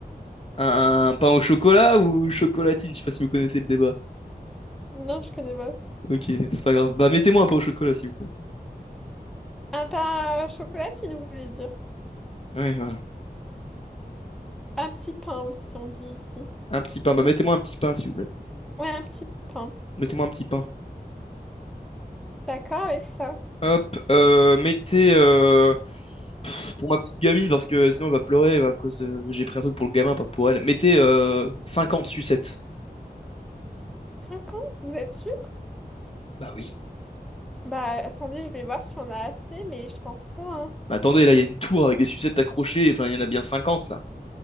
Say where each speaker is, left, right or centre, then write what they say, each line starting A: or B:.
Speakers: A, on the left; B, in the centre.
A: un- un pain au chocolat ou une chocolatine? Je sais pas si vous connaissez le débat.
B: Non, je connais pas.
A: Ok, c'est pas grave. Bah, mettez-moi un pain au chocolat, s'il vous plaît.
B: Un pain à chocolatine, vous voulez dire.
A: Oui, voilà.
B: Un petit pain aussi, on dit ici.
A: Un petit pain. Bah, mettez-moi un petit pain, s'il vous plaît.
B: Ouais, un petit pain.
A: Mettez-moi un petit pain.
B: D'accord avec ça.
A: Hop, euh, mettez euh, pour ma petite gamine parce que sinon elle va pleurer à cause de j'ai pris un truc pour le gamin, pas pour elle. Mettez euh, 50 sucettes.
B: 50, vous êtes sûr?
A: Bah oui.
B: Bah attendez, je vais voir si on a assez, mais je pense pas, hein.
A: Bah, attendez, là, il y a une tour avec des sucettes accrochées, enfin, il y en a bien cinquante là.